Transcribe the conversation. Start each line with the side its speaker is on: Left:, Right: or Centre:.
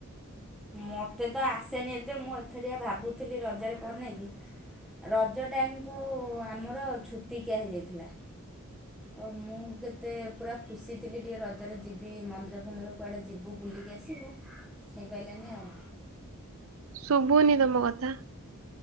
Centre: ମତେ ତ ଆସେନି ଏତେ ମୁଁ ଏଥରିଆ ଭାବୁଥିଲି ରଜରେ ବନେଇବି। ରଜ ଟାଇମ୍ କୁ ଆମର ଛୁତିିକିଆ ହେଇଯାଇଥିଲା। ଓ ମୁଁ କେତେ ପୁରା ଖୁସି ଥିଲି ଟିକେ ରଜରେ ଯିବି ମନ୍ଦିର ଫନ୍ଦିର। କୁଆଡ଼େ ଯିବୁ ବୁଲିକି ଆସିବୁ ହେଇପାରିଲାନି ଆଉ।
Right: ଶୁଭୁନି ତମ କଥା।